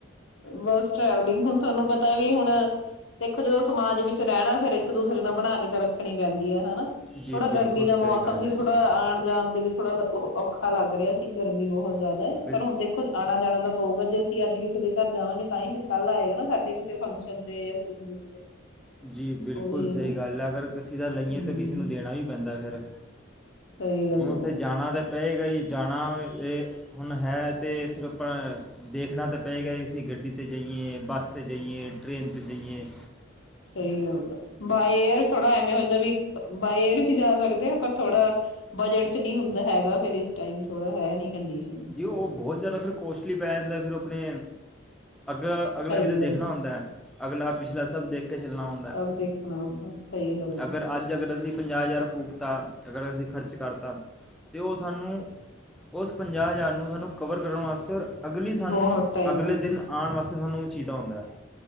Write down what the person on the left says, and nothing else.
ਬਸ ਟਰੈਵਲਿੰਗ ਹੁਨ ਥਾਨੂੰ ਪਤਾ ਵੀ ਹੂਣ ਦੇਖੋ ਜਦੋਂ ਸਮਾਜ ਵਿੱਚ ਰੈਣਾ ਫੇਰ ਇੱਕ ਦੂਸਰੇ ਨਾ ਬਣਾ ਕੇ ਤਾਂ ਰੱਖਣੀ ਪੈਂਦੀ ਐ ਹਨ
ਥੋੜਾ ਗਰਮੀ
ਦਾ
ਮੌਸਮ
ਸੀ,
ਥੋੜਾ
ਆਣ-ਜਾਣ ਦੇ ਵੀ ਥੋੜਾ ਔਖਾ ਲੱਗ ਰਿਆ ਸੀ। ਗਰਮੀ ਬੋਹ ਜ਼ਾ
ਪਰ ਹੁਨ ਦੇਖੋ ਆਣਾ-ਜਾਣਾ ਦਾ ਹੋਓਗਾ ਜੇ ਅਸੀਂ ਅੱਜ ਕਿਸੇ ਦੇ ਘਰ ਜਾਵਾਂਗੇ ਤਾਂ ਹੀ ਫੇਰ ਕੱਲ ਆਏਗਾ ਨਾ ਸਾਡੇ ਕਿਸੇ ਫੰਕਸ਼ਨ ਤੇ ਜਾਂ ਸੁੱਖ-ਦੁੱਖ ਤੇ।
ਉਹੀ
ਹੈ ਨਾ
ਹੂੰ
ਸਹੀ ਗੱਲ
ਹੈ
ਸਹੀ ਗੱਲ ਆ, ਬਾਏ ਏਅਰ ਥੋੜਾ ਐਵੇਂ ਹੁੰਦਾ ਵੀ ਬਾਏ ਏਅਰ ਵੀ ਜਾ ਸਕਦੇ ਅ, ਪਰ ਥੋੜਾ ਬਜਟ ਚ ਨਹੀ ਹੁੰਦਾ ਹੈਗਾ ਫੇਰ ਇਸ ਟਾਈਮ ਥੋੜਾ ਹੈ ਨੀ ਕੰਡੀਸ਼ਨ
ਸਹੀ
ਗੱਲ
ਸਭ ਦੇਖਣਾ ਹੁੰਦਾ ਸਹੀ ਗੱਲ
ਐ
ਬਹੁਤ ਟਾਈਮ